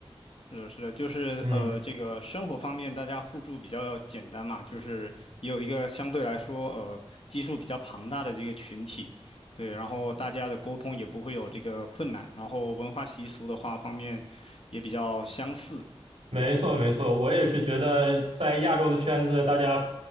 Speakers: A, on the left; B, on the right.
A: 是的，是的，就是呃，
B: 嗯。
A: 这个生活方面大家互助比较简单嘛，就是也有一个相对来说呃基数比较庞大的这个群体，对，然后大家的沟通也不会有这个困难，然后文化习俗的话方面也比较相似，
B: 没错，
A: 对。
B: 没错，我也是觉得在亚洲的圈子，大家